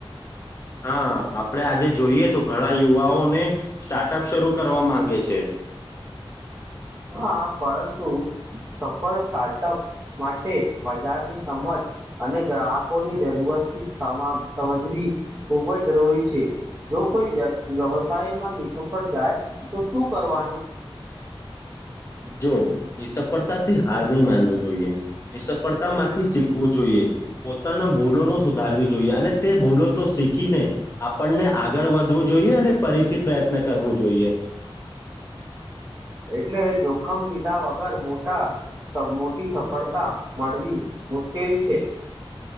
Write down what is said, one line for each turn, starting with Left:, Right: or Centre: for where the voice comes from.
Left: હા આપડે આજે જોઈએ તો ઘણા યુવાઓને સ્ટાર્ટઅપ શરૂ કરવા માંગે છે.
Right: હા પરંતુ સફળ સ્ટાર્ટઅપ માટે બજારની સમજ અને ગ્રાહકોની જરૂરતથી સમજવી ખૂબ જ જરૂરી છે. જો કોઈ વ્યક્તિ વ્યવસાયમાં નિ સફળ જાય તો શું કરવાનું.
Left: જો એ સફળતાથી હાર નહી માનવું જોઈએ એ સફળતા માંથી શીખવું જોઈએ. પોતાના ભૂલો ન સુધારવી જોઈએ અને તે ભૂલો તો શીખીને આપણને આગળ વધ વધવું જોઈએ અને ફરીથી પ્રયત્ન કરવું જોઈએ.
Right: એટલે જોખમ લીધા વગર મોટા મોટી સફળતા મળવી મુશ્કેલ છે.